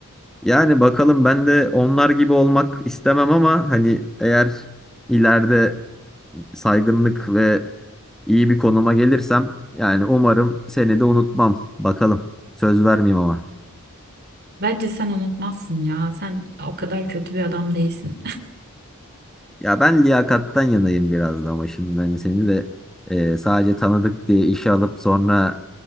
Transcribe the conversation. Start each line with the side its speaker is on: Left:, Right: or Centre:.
Centre: Yani bakalım ben de onlar gibi olmak istemem ama hani eğer ileride saygınlık ve iyi bir konuma gelirsem yani umarım seni de unutmam. Bakalım. Söz vermeyeyim ama.
Right: Bence sen unutmazsın ya. Sen o kadar kötü bir adam değilsin.
Centre: Ya ben liyakattan yanayım biraz da ama şimdi hani seni de e, sadece tanıdık diye işe alıp sonra